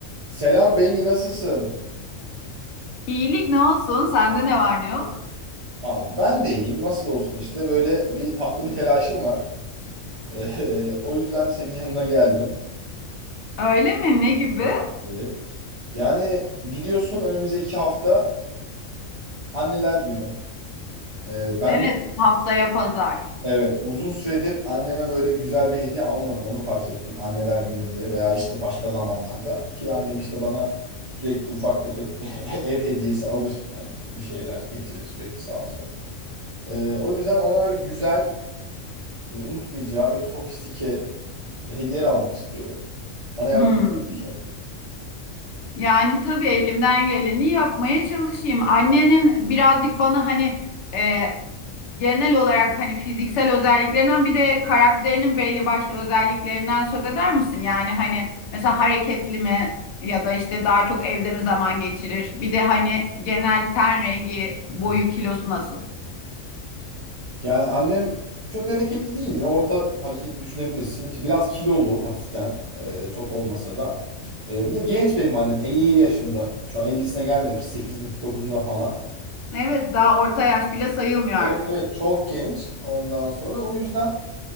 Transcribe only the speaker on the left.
İyilik ne olsun? Sende ne var ne yok?
Öyle mi? Ne gibi?
Evet,
haftaya pazar.
Hmm.
Yani tabii elimden geleni yapmaya çalışayım. Annenin birazcık bana hani e, genel olarak hani fiziksel özelliklerinden bir de karakterinin belli başlı özelliklerinden söz eder misin? Yani hani mesela hareketli mi ya da işte daha çok evde mi zaman geçirir? Bir de hani genel ten rengi, boyu,
kilosu nasıl?
Evet, daha orta yaş bile sayılmıyor
artık.